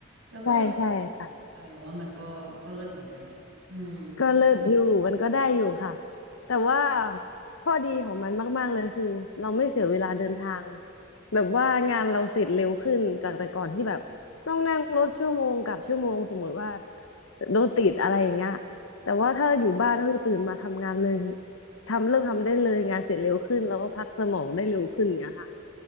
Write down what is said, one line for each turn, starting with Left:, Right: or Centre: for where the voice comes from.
Right: แล้วก็ทำ
Left: ใช่ใช่ค่ะ
Right: ได้เราว่ามันก็ก็เลิศเหมือนกันแหละอืม
Left: ก็เลิศอศอยู่มมันก็ได้อยู่ค่ะแต่ว่าข้อดีของมันมากๆเลยคือเราไม่เสียเวลาเดินทางแบบว่างานเราเสร็จเร็วขึ้นจากแต่ก่อนที่แบบต้องนั่งรถชั่วโมงกับชั่วโมงสมมติว่าโดนติดอะไรอย่างเงี้ยแต่ว่าถ้าอยู่บ้านก็คือตื่นมาทำงานเลยทำเริ่มทำได้เลยงานเสร็จเร็วขึ้นแล้วก็พักสมองได้เร็วขึ้นอย่างเงี้ยค่ะ